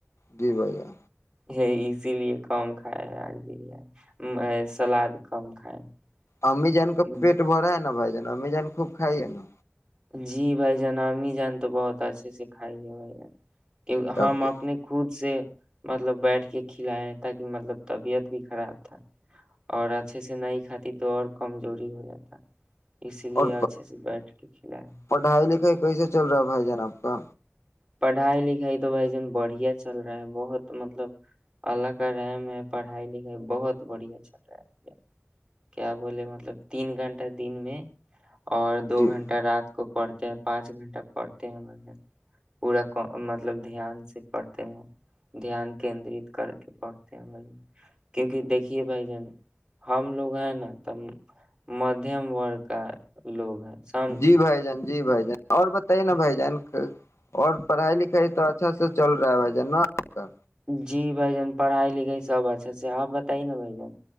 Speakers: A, on the left; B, on the right.
A: جی بھیا
B: یہ اسی لیے کم کھائے آج بریانی سلاد کم کھائے
A: امی جان
B: ہیں۔
A: کا پیٹ بھرا ہے نا بھائی امی جان خوب کائیے نا
B: جی بھائی جناامی جان تو بہت اچھے سے کھائی ہے بھائی کہ
A: تب
B: ہم
A: کے۔
B: اپنے خود سے مطلب بیٹھ کے کھلائے تاکہ مطلب طبیعت بھی خراب تھا اور اچھے سے نہیں کھاتی تو اور کمزوری ہو جاتا اسی لیے
A: اور
B: اچھے سے بیٹھ کے کھلائے ہیں۔
A: پڑھائی لکھائی کیسے چل رہا ہے بھائی جانب کا
B: پڑھائی لکھائی تو بھائی جان بڑھیا چل رہا ہے بہت مطلب اللہ کا رحم ہے پڑھائی لکھائی بہت بڑھیا چل رہا ہے کیا بولے مطلب تین گھنٹہ دن میں اور دو
A: جی
B: گھنٹہ رات کو پڑھتے ہیں پانچ گھنٹہ پڑھتے ہیں پورا مطلب دھیان سے پڑھتے ہیں دھیان کیندرت کر کے پڑھتے ہیں ب کیونک دیکیے بائی جان ہم لوگ ہیں نا ت مدھیم ورگ کا لوگ ہیں سمجھے
A: جی بھائی جان جی بھائی جان اور بتائیے نا بھائی جان اور پڑھائی لکھائی تو اچھا س چل رہا ہے بھائی جان نا آپ کا
B: جی بھ جان پڑھائی لکھائی سب اچھا سے آپ بتائیے نا بھ جن